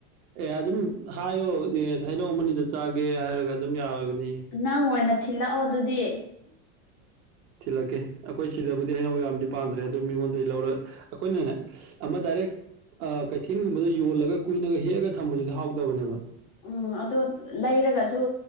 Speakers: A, on the right; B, on the left.
A: ꯑꯦ ꯑꯗꯨꯝ ꯍꯥꯏꯌꯣ ꯑꯦ ꯊꯥꯏꯅꯧ ꯑꯄꯅꯤꯗ ꯆꯥꯒꯦ ꯍꯥꯏꯔꯒ ꯑꯗꯨꯝ ꯌꯥꯔꯒꯅꯤ
B: ꯅꯪ ꯑꯣꯏꯅ ꯊꯤꯜꯂꯛꯑꯣ ꯑꯗꯨꯗꯤ
A: ꯊꯤꯜꯂꯛꯀꯦ ꯑꯩꯈꯣꯏ ꯁꯤꯗꯕꯨꯗꯤ ꯍꯩꯅꯧ ꯌꯥꯝꯗꯤ ꯄꯥꯟꯗ꯭ꯔꯦ ꯑꯗꯣ ꯃꯤꯉꯣꯟꯗꯒꯤ ꯂꯧꯔ ꯑꯩꯈꯣꯏꯅꯅꯦ ꯑꯃ ꯗꯥꯏꯔꯦꯛ ꯀꯩꯊꯦꯜꯒꯨꯝꯕꯗ ꯌꯣꯜꯂꯒ ꯀꯨꯏꯅꯒ ꯍꯦꯛꯑꯒ ꯊꯝꯕꯗꯨꯗꯤ ꯍꯥꯎꯗꯕꯅꯦꯕ
B: ꯎꯝ ꯑꯣ ꯂꯩꯔꯒꯁꯨ